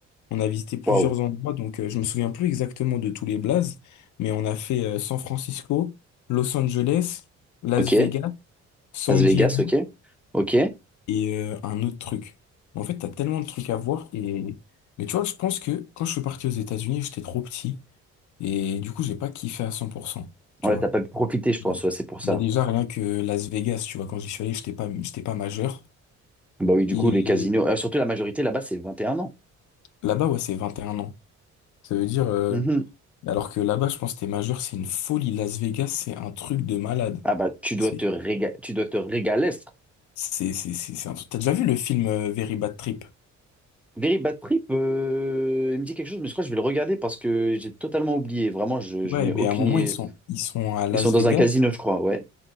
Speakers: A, on the left; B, in the centre.
A: On a visité plusieurs
B: Waouh,
A: endroits, donc euh, je me souviens plus exactement de tous les blazes, mais on a fait euh, San Francisco, Los Angeles, Las
B: ok.
A: Vegas, San
B: Las Vegas,
A: Diego
B: ok. Ok.
A: et euh, un autre truc. En fait, t'as tellement de trucs à voir. Et... Mais tu vois, je pense que quand je suis parti aux États-Unis, j'étais trop petit. Et du coup, j'ai pas kiffé à 100%. Tu
B: Ouais,
A: vois.
B: t'as pas pu profiter, je pense,
A: Bon.
B: ouais, c'est pour ça.
A: Bah déjà, rien que Las Vegas, tu vois, quand j'y suis allé, j'étais pas, j'étais pas majeur.
B: Bah oui, du
A: Et
B: coup, les casinos, euh, surtout la majorité là-bas, c'est 21 ans.
A: là-bas, ouais, c'est 21 ans. Ça veut dire, euh,
B: Mhm.
A: alors que là-bas, je pense que t'es majeur, c'est une folie. Las Vegas, c'est un truc de malade.
B: Ah bah, tu dois
A: C'est,
B: te réga- tu dois te régaler.
A: c'est, c'est, c'est c'est un truc. T'as déjà vu le film euh, Very Bad Trip?
B: Very Bad Trip, euh, il me dit quelque chose, mais je crois que je vais le regarder parce que j'ai totalement oublié. Vraiment, je, je
A: Ouais,
B: n'ai
A: ben
B: aucune.
A: à un moment,
B: idée.
A: ils sont, ils sont à Las
B: Ils sont dans
A: Vegas.
B: un casino, je crois, ouais.